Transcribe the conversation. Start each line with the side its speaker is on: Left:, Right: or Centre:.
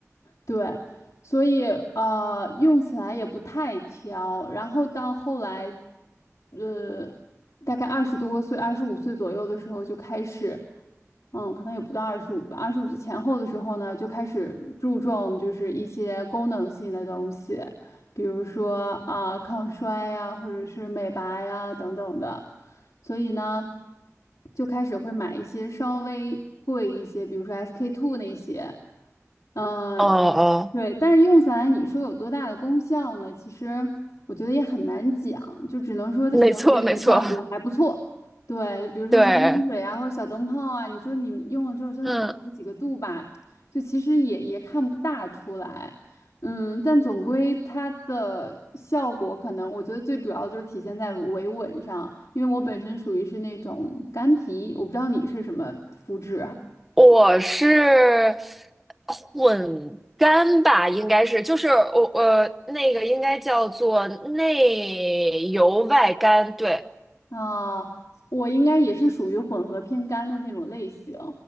Left: 对，所以呃，用起来也不太挑。然后到后来，呃，大概二十多岁、二十五岁左右的时候就开始，嗯，可能也不到二十五吧，二十五岁前后的时候呢，就开始注重就是一些功能性的东西，比如说啊、抗衰呀，或者是美白呀等等的。所以呢，就开始会买一些稍微贵一些，比如说 SK two 那些。嗯，
Centre: 哦哦，
Left: 对，但是用下来你说有多大的功效呢？其实我觉得也很难讲，就只能说它可能给本效果还不错。
Centre: 没错没错，
Left: 对，比如说神经水啊，
Centre: 对，
Left: 或者小灯泡啊，你说你用了之后真的白了几个度吧，
Centre: 嗯，
Left: 就其实也也看不大出来。嗯，但总归它的效果可能，我觉得最主要就是体现在维稳上，因为我本身属于是那种干皮，我不知道你是什么肤质啊。
Centre: 我是混干吧，应该是，就是我呃那个应该叫做内油外干，对，
Left: 啊，我应该也是属于混合偏干的那种类型，